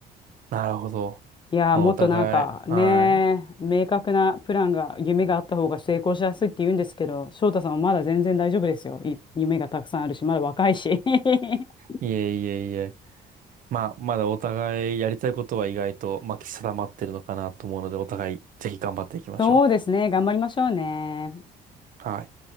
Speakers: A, on the right; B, on the left.
A: なるほど。
B: いやーもっとなんかね明確なプランが夢があった方が成功しやすいって言うんですけど翔太さんはまだ全然大丈夫ですよい夢がたくさんあるしまだ若いし
A: まあ、お互い、は
B: <laughs>
A: い。<laughs> いえいえいえ。まあ、まだお互いやりたいことは意外と、まあ、定まってるのかなと思うので、お互いぜひ頑張っていきましょ
B: そうですね。頑張りましょうね。
A: う。はい。